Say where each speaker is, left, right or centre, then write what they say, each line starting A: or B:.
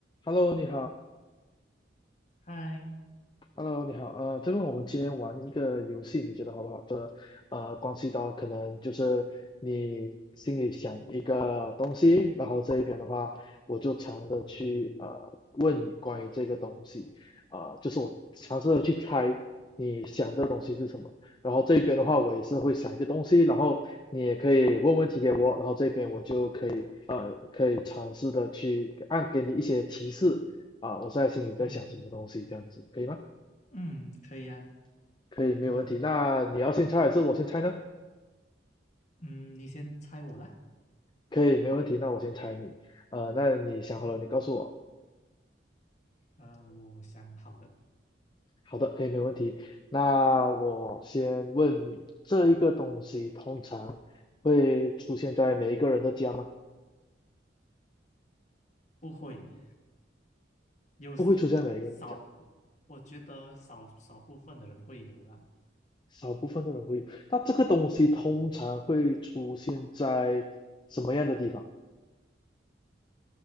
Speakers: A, on the left; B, on the left.
A: Hello，你好。
B: 嗨，
A: Hello，你好，呃，这个我们今天玩一个游戏，你觉得好不好？这呃，关系到可能就是你心里想一个东西，然后这一边的话，我就尝着去呃问你关于这个东西，啊、就是我尝试的去猜你想这个东西是什么，然后这边的话，我也是会想一个东西，然后你也可以问问题给我，然后这边我就可以呃可以尝试的去按给你一些提示啊、我在心里在想什么东西，
B: 嗯
A: 这样子可以吗？
B: 嗯，可以呀、
A: 可以，没有问题。
B: 嗯
A: 那你要先猜还是我先猜呢？
B: 嗯，你先猜我啦，
A: 可以，没有问题。那我先猜你。呃，那你想好了，
B: 嗯
A: 你告诉我。
B: 呃，我想好了，
A: 好的，可以，没有问题。那我先问你，这一个东西通常会出现在每一个人的家吗？
B: 不会有
A: 不会出现在每一个人家，
B: s- <tsk> 少部我觉得少少部分的人会有啦，
A: 少部分的人会有。那这个东西通常会出现在什么样的地方？
B: 嗯